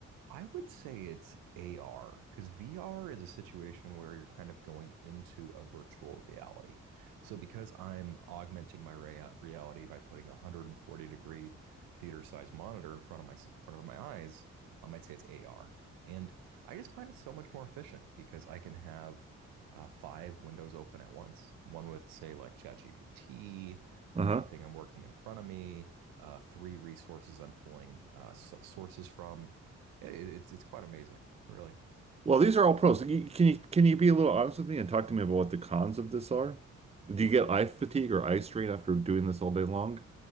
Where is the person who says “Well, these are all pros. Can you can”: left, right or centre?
Right